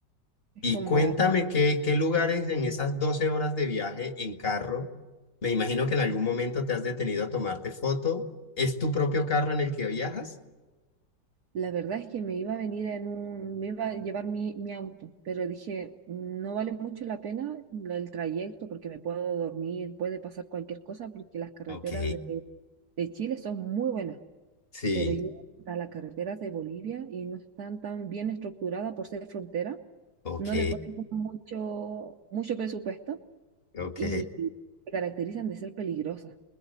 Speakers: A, on the right (about 60°); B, on the left (about 30°).
A: es
B: Y
A: como
B: cuéntame qué, qué lugares en esas 12 horas de viaje en carro, me imagino que en algún momento te has detenido a tomarte foto. ¿Es tu propio carro en el que viajas?
A: La verdad es que me iba a venir en un, me iba a llevar mi, mi auto, pero dije, no vale mucho la pena lo- el trayecto porque me puedo dormir, puede pasar cualquier cosa porque las carreteras
B: Ok,
A: de, de Chile son muy buenas,
B: sí,
A: pero yo a las carreteras de Bolivia y no están tan bien estructuradas por ser frontera,
B: ok,
A: no le ponen como mucho, mucho presupuesto
B: ok.
A: y se caracterizan de ser peligrosas.